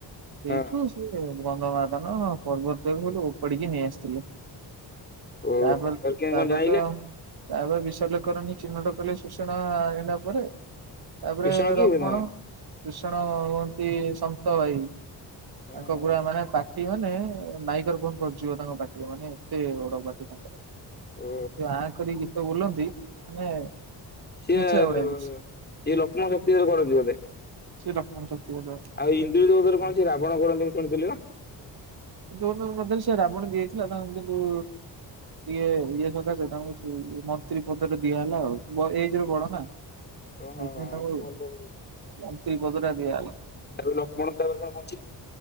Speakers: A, on the right; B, on the left.
A: ସେଇଠୁ
B: ହଁ
A: ସେ ଗନ୍ଧମାର୍ଦନ ପର୍ବତ ଉଲୁ ଉପାଡିକି ନେଇ ଆସିଥିଲେ
B: ଓ
A: ତାପରେ
B: ତାହେଲେ କେମିତି
A: ତାପରେ
B: କଣ ଜାଇଁଲେ
A: ତ ତାପରେ ବିଶଲ୍ଯ କରନୀ ଚିହ୍ନଟ କଲେ ଶୂଷଣା ହେଲା ପରେ ତାପରେ
B: ଶିକ୍ଷଣ କିଏ
A: ରକ୍ମଣ
B: ହୁଏ ତମର?
A: କୃଷଣ ହୁଅନ୍ତି ସନ୍ତ ଭାଇ।
B: ଓହୋ
A: ତାଙ୍କ ପୁଢା ମାନେ ପାଟି ମାନେ ନାଇକର କଣ କରୁଛିିବ ତାଙ୍କ ପାଟିର ମାନେ ଏତେ ବଡ ପାଟି ତାଙ୍କର।
B: ଓ
A: ଯ ଆଁ କରି ଗୀତ ବୋଲନ୍ତି ମାନେ
B: ସିଏ
A: ଦେଖିଲା ଭଳିଆ
B: ସିଏ
A: ଦୃଶ୍ୟ।
B: ଲକ୍ଷ୍ମ ଶକ୍ତିରେ କରନ୍ତି ବୋଧେ।
A: ସିଏ ରକ୍ଷ୍ମଣ ଶକ୍ତି ବଧ।
B: ଆଉଇନ୍ଦୁ ଦେଉଧରେ କଣ ସେ ରାବଣ କରନ୍ତି ଶୁଣିଥିଲି ପା।
A: ଯୋର ଶୋର କରଦେଲି ସେ ରାବଣ ଦେଇଥିଲା ତାଙ୍କ ଯୋ ଇଏ ଇଏ କଥା ସେ ତାଙ୍କୁ ମନ୍ତ୍ରୀ ପଦ ଟେ ଦିଆହେଲା ଆଉ ଏଇ ଯୋ ବଡ ନା।
B: ଓହୋ
A: ସେଇଥି
B: ହଁ
A: ପାଇଁ ତାକୁ
B: ଭଲ
A: ମନ୍ତ୍ରୀ ପଦଟା ଦିଆ ହେଲା।
B: ତାକୁ ଲକ୍ଷ୍ମଣ ତାପରେ କଣ ବଞ୍ଚିଚି।